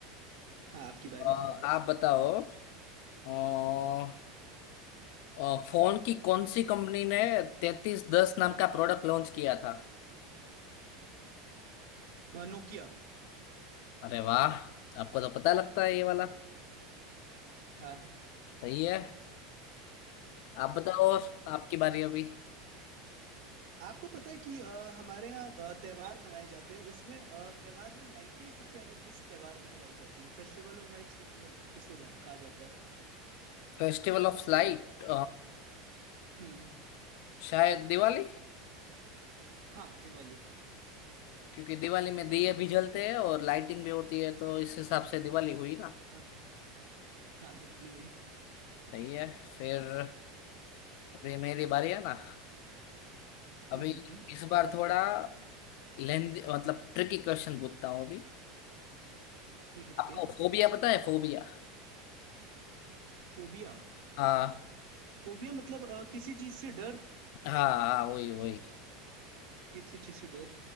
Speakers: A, on the right; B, on the left.
A: हाँ आपकी बारी
B: अ, आप बताओ अ, अ, फोन की कौन सी कंपनी ने तैतीस दस नाम का प्रोडक्ट लॉन्च किया था
A: नोकिया
B: अरे वाह आपको तो पता लगता है ये वाला
A: हाँ
B: सही है आप
A: हाँ
B: बताओ और आपकी बारी अभी
A: आपको पता है कि अ, हमारे यहाँ अ, त्योहार मनाए जाते हैं उसमें अ, त्योहार में लाइटें सबसे ज्यादा किस त्योहार में जलाई जाती है फेस्टिवल ऑफ लाइट्स किसको किसको जा, कहा जाता है
B: Festival of light
A: हम्म
B: शायद दिवाली
A: हाँ दिवाली
B: क्योंकि दिवाली में दिए भी जलते हैं और लाइटिंग भी होती है तो इस हिसाब से दिवाली हुई
A: हाँ हाँ, दिवाली वही
B: सही है फिर अभी मेरी बारी है ना अभी
A: हम्म हम्म,
B: इस बार थोड़ा लेंदी मतलब ट्रिकी क्वेश्चन पूछता हूँ अभी
A: ठीक है ठीक
B: आपको
A: है
B: फोबिया पता है फोबिया
A: फोबिया
B: हाँ
A: फोबिया मतलब अ, किसी चीज से डर
B: हाँ हाँ वही वही
A: किसी चीज से डर